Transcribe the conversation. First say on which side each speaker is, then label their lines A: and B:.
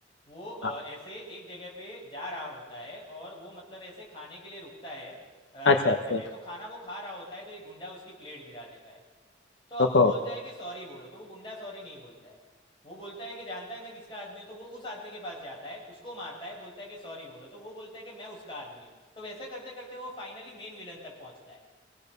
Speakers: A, on the left; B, on the left.
A: वो अ,
B: हाँ,
A: ऐसे एक जगह पे जा रहा होता है और वो मतलब ऐसे खाने के लिए रुकता है अ,
B: अच्छा
A: रास्ते
B: अच्छा
A: में तो खाना वो खा रहा होता है तो एक गुंडा उसकी प्लेट गिरा देता है तो अब
B: ओहो
A: वो बोलता है कि सॉरी बोलो तो वो गुंडा सॉरी नहीं बोलता है वो बोलता है कि जानता है मैं किसका आदमी हूँ तो वो उस आदमी के पास जाता है उसको मारता है बोलता है कि सॉरी बोलो तो वो बोलता है कि मैं उसका आदमी हूँ तो वैसे करते करते वो फाइनली मेन विलन तक पहुंचता है